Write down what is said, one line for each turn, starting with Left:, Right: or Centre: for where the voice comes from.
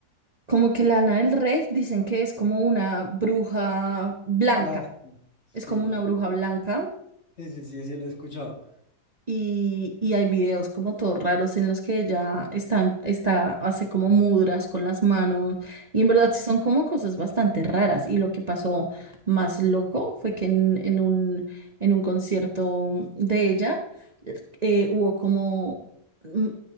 Right: como que Lana del Rey dicen que es como una bruja blanca.
Left: ah, sí,
Right: Es como una bruja blanca
Left: sí, sí, sí, sí, sí, lo he escuchado.
Right: Y, y hay videos como todos raros en los que ella están, está, hace como mudras con las manos. Y en verdad sí son como cosas bastante raras. Y lo que pasó más loco fue que en, en un, en un concierto de ella eh, hubo como, mm,